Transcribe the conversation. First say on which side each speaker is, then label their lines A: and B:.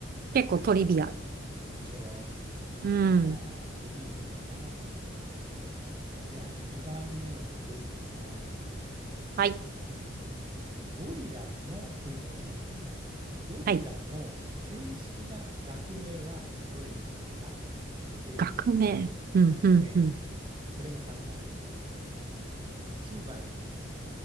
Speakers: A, on the right; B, on the right.
A: 結構トリビア。
B: でしょ
A: うん。
B: うじゃあ次行こうかな。じゃあ2番目のクイズいきます。
A: はい。
B: ゴリラのクイズを出します。ゴリラの正式な学名はどれでしょうか
A: はい。
B: というクイズです。
A: 学名。うん、
B: 学名。
A: うん、うん。
B: これも3択です。1番、